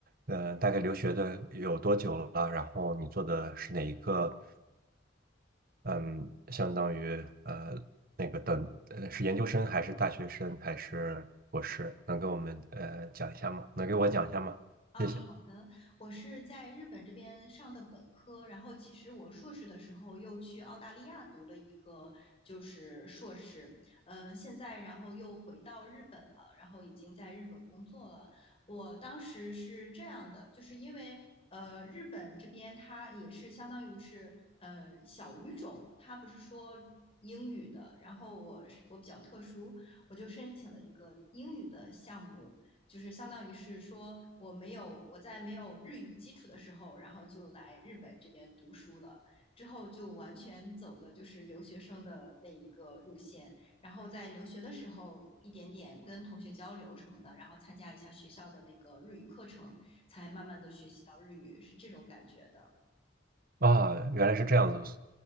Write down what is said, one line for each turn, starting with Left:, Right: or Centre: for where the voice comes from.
Right: 呃，大概留学的有多久了？然后你做的是哪一个嗯，相当于呃那个等呃是研究生还是大学生还是博士？能给我们呃讲一下吗？能给我讲一下吗？
Left: 啊，
Right: 谢谢。
Left: 好的，我是在日本这边上的本科，然后其实我硕士的时候又去澳大利亚读了一个就是硕士，嗯、现在然后又回到日本了，然后已经在日本工作了。我当时是这样的，就是因为呃，日本这边它也是相当于是呃小语种，它不是说英语的，然后我是我比较特殊，我就申请了一个英语的项目。就是相当于是说我没有我在没有日语基础的时候，然后就来日本这边读书了，之后就完全走的就是留学生的那一个路线，然后在留学的时候一点点跟同学交流什么的，然后参加一下学校的那个日语课程，才慢慢的学习到日语，是这种感觉的。
Right: 啊，原来是这样子，